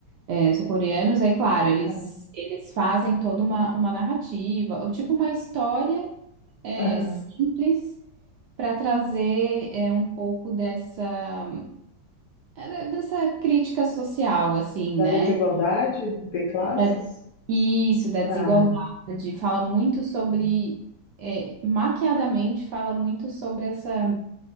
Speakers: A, on the right; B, on the left.
A: é, sul-coreanos. Aí, claro, eles,
B: ah,
A: eles fazem toda uma, uma narrativa, ou tipo uma história é,
B: aham.
A: simples para trazer é, um pouco dessa é, de- dessa crítica social, assim,
B: Da
A: né?
B: desigualdade de classes?
A: Da- Isso, da desigualdade.
B: Ah,
A: Fala muito sobre
B: ah,
A: é, maquiadamente fala muito sobre essa